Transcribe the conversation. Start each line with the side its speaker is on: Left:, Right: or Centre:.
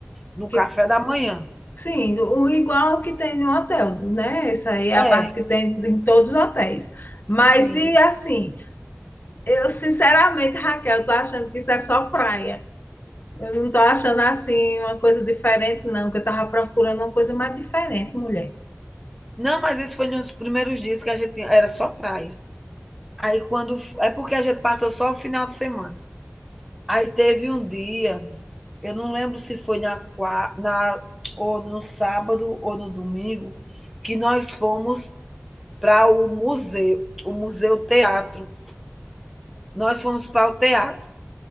Centre: no
Left: que
Centre: café da manhã.
Left: sim, o igual que tem no hotel, né? Essa aí é a
Centre: É,
Left: parte que tem em todos os hotéis. Mas
Centre: sim.
Left: e assim, eu sinceramente, Raquel, tô achando que isso é só praia. Eu não tô achando assim uma coisa diferente, não, que eu tava procurando uma coisa mais diferente, mulher.
Centre: Não, mas isso foi nos primeiros dias que a gente tinha- era só praia. Aí quando. É porque a gente passou só o final de semana. Aí teve um dia, eu não lembro se foi na, qua- na ou no sábado ou no domingo, que nós fomos para o museu, o Museu Teatro. Nós fomos para o teatro.